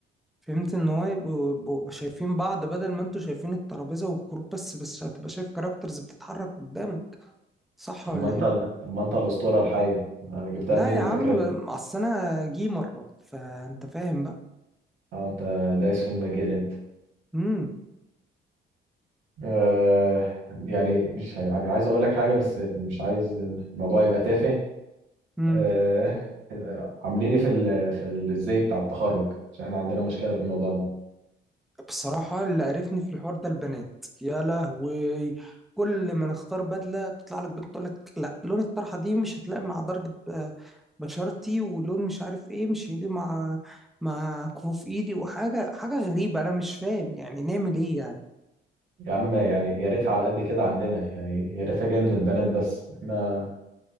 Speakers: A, in the centre; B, on the right.
A: فهمت ان هو يبقوا يبقوا شايفين بعض بدل ما انتوا شايفين الترابيزه والكروب بس بس هتبقى شايف كاركترز بتتحرك قدامك صح
B: طب
A: ولا
B: ما انت
A: ايه
B: طب ما انت الأسطورة الحية آه، جبتها
A: لا
B: منين
A: يا عم
B: الفكرة دي
A: ب- اصل انا جيمر فانت فاهم بقى
B: اه انت دايس في المجال انت
A: امم
B: آه، يعني مش يعني عايز اقول لك حاجه بس مش عايز الموضوع يبقى تافه
A: مم.
B: آه، آه، عامليني في ال في ال- ازاي بتاع التخرج عشان احنا عندنا مشكله في الموضوع ده
A: بصراحة اللي قرفني في الحوار ده البنات يا لهوي كل ما نختار بدلة تطلع لك بنت تقول لك لا لون الطرحة دي مش هتلاقي مع درجة ب- بشرتي ولون مش عارف ايه مش هيلي مع مع كفوف ايدي وحاجة حاجة غريبة انا مش فاهم يعني نعمل ايه يعني
B: يا عم يعني يا ريتها على قد كده عندنا يعني يا ريتها جايه من البنات بس احنا